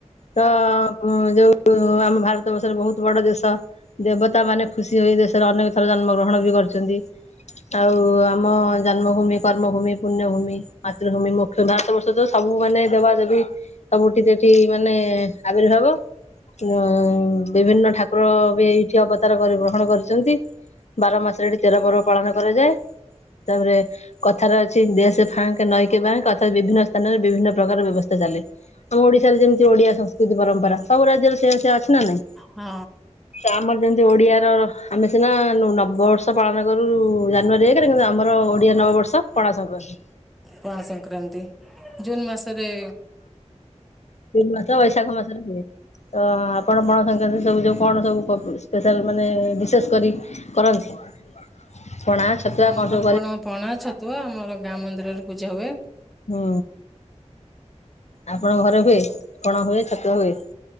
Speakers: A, on the left (about 70°); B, in the centre.
A: ତ ଉଁ ଯୋଉ ଆମ ଭାରତ ବର୍ଷର ବହୁତ ବଡ ଦେଶ ଦେବତା ମାନେ ଖୁସି ହୋଇ ଦେଶରେ ଅନେକ ଥର ଜନ୍ମ ଗ୍ରହଣ ବି କରିଛନ୍ତି ଆଉ ଆମ ଜନ୍ମଭୂମି କର୍ମଭୂମି ପୁଣ୍ୟଭୂମି ମାତୃଭୂମି ମୁଖ ତଃ ବର୍ଷ ତ ସବୁ ମାନେ ଦେବା ଦେବି ସବୁଠି ସେଠି ମାନେ ଆବିର୍ଭାବ ଉ ବିଭିନ୍ନ ଠାକୁର ବି ଏଇଠି ଅବତାର କରି ଗ୍ରହଣ କରିଛନ୍ତି ବାର ମାସରେ ଏଠି ତେର ପର୍ବ ପାଳନ କରାଯାଏ ତାପରେ କଥାର ଅଛି ଦେଶ ଫାଙ୍କେ ନଈକେ ଫାଙ୍କେତ ତଥା ବିଭିନ୍ନ ସ୍ଥାନରେ ବିଭିନ୍ନ ପ୍ରକାର ବ୍ୟବସ୍ଥା ଚାଲେ ଆମ ଓଡିଶାରେ ଯେମିତି ଓଡିଆ ସଂସ୍କୃତି ପରମ୍ପରା ସବୁ ରାଜ୍ୟରେ ସେ ସେ ଅଛି ନା ନାଇଁ
B: ହୁଁ।
A: ଆମର ଯେମିତି ଓଡିଆ ର ଆମେ ସିନା ନବବର୍ଷ ପାଳନ କରୁ ଜାନୁଆରୀରେ କିନ୍ତୁ ଆମର ଓଡିଆ ନବବର୍ଷ ପଣା ସଂକ୍ରାନ୍ତି
B: ପଣାସଂକ୍ରାନ୍ତି ଜୁନ୍‌ ମାସରେ
A: ଜୁନ୍ ମାସ ବୈଶାଖ ମାସରେ ହୁଏ। ତ ଆପଣ ପଣାସଂକ୍ରାନ୍ତି ସବୁ ଯୋଉ କଣ ସବୁ ସ୍ପେଶାଲ୍ ମାନେ ବିସେସ୍ କରି କରନ୍ତି ପଣା ଛତୁଆ
B: ଆମର
A: ସବୁ କରି
B: କଣ ପଣା ଛତୁଆ ଆମର ଗାଁ ମନ୍ଦିରରେ ପୂଜା ହୁଏ।
A: ହୁଁ ଆପଣଙ୍କ ଘରେ ହୁଏ କଣ ହୁଏ ଛତୁଆ ହୁଏ?